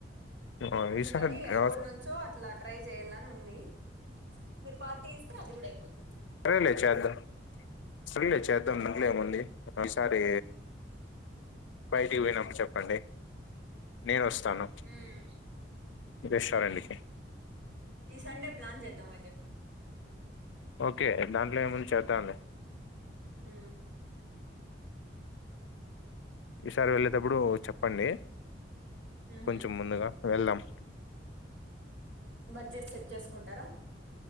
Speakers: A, on the left; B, on the right.
A: ఆ
B: అందుకని
A: ఈసారి
B: ఎప్పటి
A: ఆ
B: నుంచో అట్లా ట్రై చేయాలని ఉంది మీరు పార్టీ ఇస్తే అది కూడా అయిపోతుంది
A: సరేలే చేదాం సరేలే చేద్ ద్ధం దంట్లేముంది ఈ ఒకసారి బయటికి పోయినప్పుడు చెప్పండి నేను వస్తాను
B: మ్
A: రెస్టారెంట్
B: మ్
A: కి
B: ఈ సండే ప్లాన్ చేద్దాం అయితే
A: ఓకే దాంట్లో ఏముంది చేద్దాం లే
B: మ్
A: ఈసారి వెళ్ళేటప్పుడు చెప్పండి
B: ఉహు
A: కొంచెం ముందుగా వెళ్దాం
B: బడ్జెట్ సెట్ చేసుకుంటారా